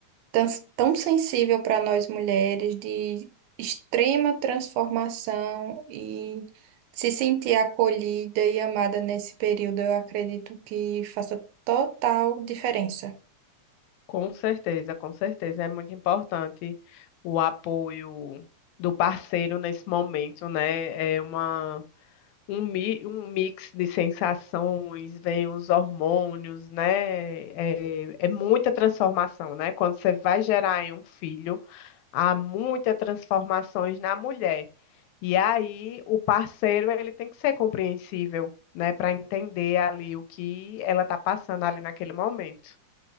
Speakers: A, on the right (about 80°); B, on the left (about 80°).
A: tão, tão sensível para nós mulheres, de extrema transformação e se sentir acolhida e amada nesse período, eu acredito que faça total diferença.
B: Com certeza, com certeza. É muito importante o apoio do parceiro nesse momento, né? É uma um, mi- um mix de sensações, vem os hormônios, né? É, é muita transformação, né? Quando você vai gerar em um filho, há muitas transformações na mulher. E aí o parceiro ele tem que ser compreensível, né? Para entender ali o que ela está passando ali naquele momento.